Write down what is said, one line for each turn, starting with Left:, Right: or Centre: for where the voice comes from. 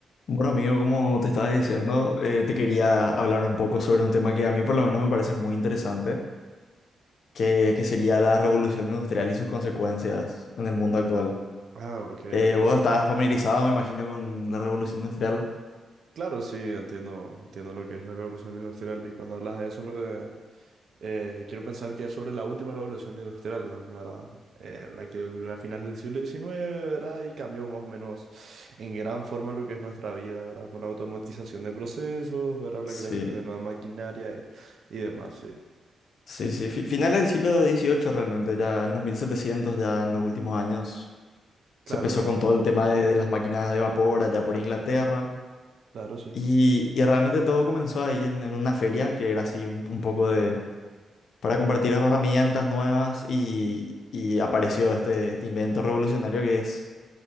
Left: Bueno, amigo, como te estaba diciendo, eh, te quería hablar un poco sobre un tema que a mí por lo menos me parece muy interesante, que, que sería la revolución industrial y sus consecuencias en el mundo actual.
Right: Ah, ok,
Left: Eh,
Right: ok.
Left: vos estás familiarizado, me imagino, con la revolución industrial.
Right: Claro, sí, entiendo, entiendo lo que es la revolución industrial y cuando hablas de eso, me, eh, quiero pensar que es sobre la última revolución industrial, ¿no? ¿verdad? Eh, la que ocurrió a finales del siglo diecinueve, ¿verdad? Y cambió más o menos en gran forma lo que es nuestra vida, ¿verdad? Por la automatización de procesos, ¿verdad?
Left: Sí,
Right: La creación de nueva maquinaria y, y demás, sí.
Left: sí, sí. fi- finales del siglo XVIII realmente, ya en los 1700, ya en los últimos años,
Right: Claro,
Left: se empezó
Right: claro.
Left: con todo el tema de, de las máquinas de vapor allá por Inglaterra.
Right: Claro, sí.
Left: Y, y realmente todo comenzó ahí en, en una feria que era así un un poco de para compartir herramientas nuevas y, y apareció este, este invento revolucionario que es